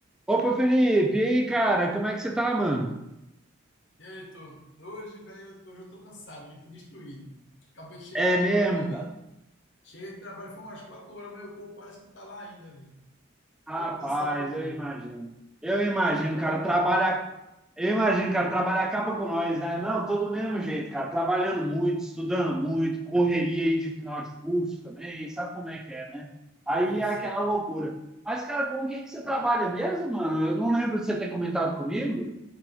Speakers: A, in the centre; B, on the left.
A: Opa, Felipe, e aí, cara, como é que você tá, mano?
B: E aí, Heitor? Hoje, velho, hoje eu tô cansado, vim tô destruído. Acabei de chegar,
A: É mesmo,
B: acabei não, né?
A: cara?
B: Cheguei de trabalho, foi umas quatro horas, mas o corpo parece que tá lá ainda, velho.
A: Rapaz,
B: Tão cansado que eu tô.
A: eu imagino. Eu imagino,
B: E tu, como
A: cara,
B: é que
A: o
B: tá?
A: trabalho. Eu imagino, cara, o trabalho acaba com nós, né? Não, todo do mesmo jeito, cara. Trabalhando muito, estudando muito, correria aí de final de curso também, sabe como é que é, né?
B: Ih,
A: Aí
B: eu
A: é aquela
B: sei,
A: loucura.
B: velho.
A: Mas, cara, com o que que você trabalha mesmo, mano? Eu não lembro de você ter comentado comigo.